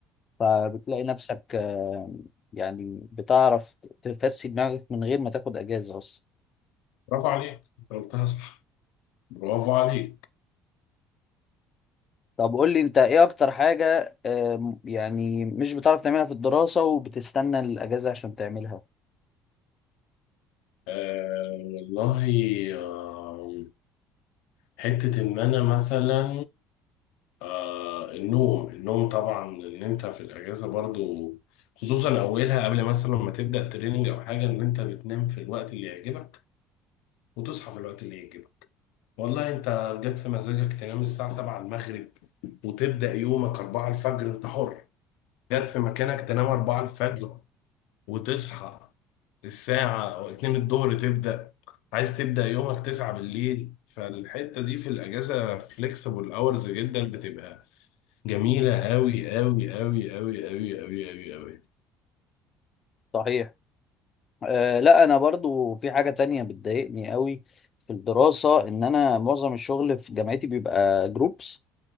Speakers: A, on the left; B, on the left.
A: فبتلاقي نفسك آه، يعني بتعرف تفسي دماغك من غير ما تاخد أجازة أصلا
B: برافو عليك أنت قلتها صح برافو عليك
A: طب قول لي أنت إيه أكتر حاجة آه، يعني مش بتعرف تعملها في الدراسة وبتستنى الأجازة عشان تعملها
B: آه والله آه حتة إن أنا مثلا آه النوم النوم طبعا إن أنت في الأجازة برضو خصوصا أولها قبل مثلا ما تبدأ تريننج أو حاجة إن أنت بتنام في الوقت اللي يعجبك وتصحى في الوقت اللي يعجبك والله انت جت في مزاجك تنام الساعة 7 المغرب وتبدأ يومك 4 الفجر انت حر جت في مكانك تنام 4 الفجر وتصحى الساعة أو 2 الظهر تبدأ عايز تبدأ يومك 9 بالليل فالحتة دي في الأجازة فليكسبل أورز جدا بتبقى جميلة أوي أوي أوي أوي أوي أوي أوي أوي
A: صحيح أه لا انا برضو في حاجة تانية بتضايقني قوي في الدراسة ان انا معظم الشغل في جامعتي بيبقى جروبس